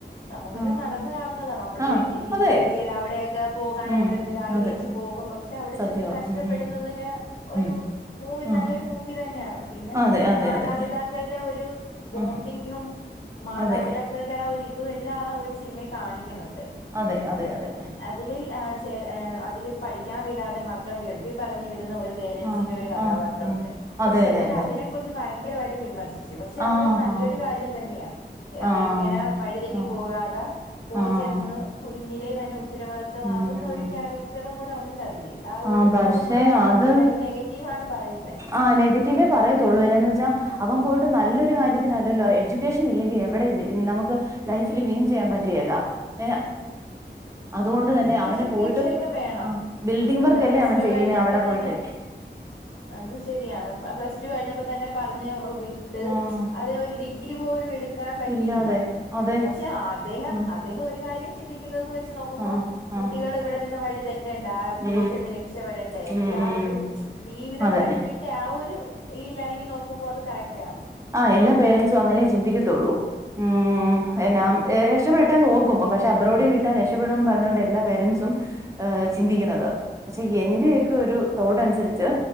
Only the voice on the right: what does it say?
ആഹ്
ആഹ്
അതെ
ഉം
അതെ
സത്യവാ
ഉം
ഉം
ആഹ്
അതെ അതെ
അതെ
ആഹ്
അതെ
അതെ അതെ അതെ
ആഹ്
ആഹ് ഉം
അതെ
അതെ അതെ
ആഹ്
ആഹ്
ആഹ്
ആഹ്
ആഹ്
ഉം
ആഹ്
പക്ഷെ
അത്
ആഹ് നെഗറ്റീവേ പറയത്തൊള്ളൂ എന്നാന്ന് വെച്ചാ അവൻ പോ നല്ലൊരു കാര്യത്തിനല്ലല്ലോ എഡ്യൂക്കേഷൻ ഇല്ലെങ്കിൽ എവിടെ നമുക്ക് ലൈഫിൽ വിൻ ചെയ്യാൻ പറ്റ്കേല്ല ഏ അതുകൊണ്ട്
തന്നെ അവൻ പോയിട്ട്
ആ ബിൽഡിങ്
വർക്ക് അല്ലേ
അവൻ
ചെയ്യുന്നേ
അവിടെ
പോയിട്ട് ഉ
ആഹ്
ഇല്ലാതെ അതെ
ആഹ്
ആഹ്
ആഹ്
ഉം
ഉം ഉം
ഉം
അതെ
ആ എല്ലാ പേരൻറ്സും അങ്ങനേ ചിന്തിക്കത്തുള്ളൂ ഉം
എന്നാ രക്ഷപ്പെടെട്ടെന്ന് ഓർക്കും പക്ഷെ അബ്രോഡി വീട്ടാൽ രക്ഷപ്പെടുന്ന് പറഞ്ഞുകൊണ്ട് എല്ലാ പേരൻറ്സും ചിന്തിക്കുന്നത് പക്ഷെ എന്റെയൊക്കെ ഒരു തോട്ടനുസരിച്ച്